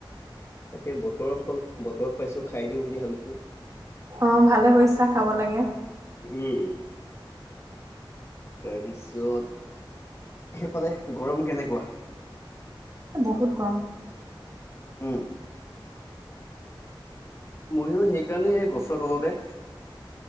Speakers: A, on the left; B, on the right.
A: তাকে বতৰৰ ফল বতৰত। পাইছো খাই দিও বুলি ভাবিছো।
B: অঁ! ভালে কৰিছা খাব লাগে।
A: উমঁ! তাৰপিছত সেইফালে গৰম কেনেকুৱা?
B: বহুত গৰম
A: উমঁ! মইও সেইকাৰণে এই গছৰ তলতে